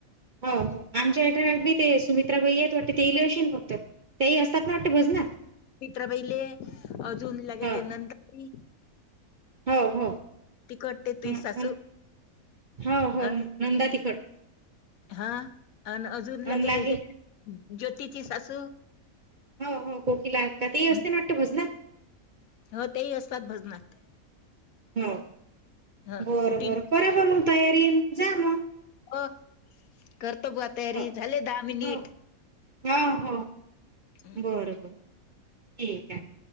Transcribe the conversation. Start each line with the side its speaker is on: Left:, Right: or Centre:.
Right: हो हो आमच्या हच्यात बी ते सुमित्राबाई आहेतेत वाटते ते इले अशी बघत तेही असतात ना आता भजनात.
Left: मित्राबाईले अजून लगे
Right: ह
Left: ते नंदबाई
Right: हो हो
Left: त करटते तु
Right: हं,
Left: सासू
Right: अन हो हो
Left: अ
Right: नंदा तिखट
Left: हां आणि अजून लगे
Right: अन लागे
Left: हे ज्योतीची सासू
Right: हो हो खोकी लाग का ते
Left: हं.
Right: असते ना आता भजनात
Left: हो तेही असतात भजनात.
Right: हो
Left: ह
Right: बरं
Left: कुटी
Right: बरं करा प मग तयारी जा मग.
Left: हो, करत बुवा तयारी
Right: हो
Left: झाले दहा मिनिट.
Right: हो हो हो
Left: हं.
Right: बरोबर ठीक आहे.